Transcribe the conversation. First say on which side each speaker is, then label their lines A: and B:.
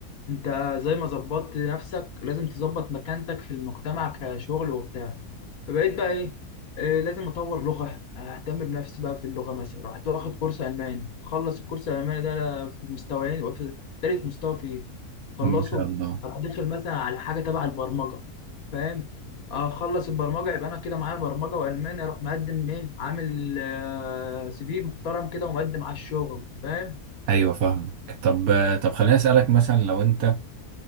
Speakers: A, on the left; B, on the right.
A: انت زي ما ظبطت نفسك لازم تظبط مكانتك في المجتمع كشغل وبتاع فبقيت بقى ايه آه، لازم اطور لغه اهتم بنفسي بقى في اللغه مثلا رحت واخد كورس الماني خلص الكورس الالماني ده في مستويين وفي تالت مستوى فيه خلصه
B: ما شاء الله
A: اروح داخل مثلا على حاجه تبع البرمجه فاهم اخلص البرمجه يبقى انا كده معايا برمجه والماني اروح مقدم ايه عامل آه، سي في محترم كده ومقدم على الشغل فاهم
B: ايوه فاهمك طب آه، طب خليني اسالك مثلا لو انت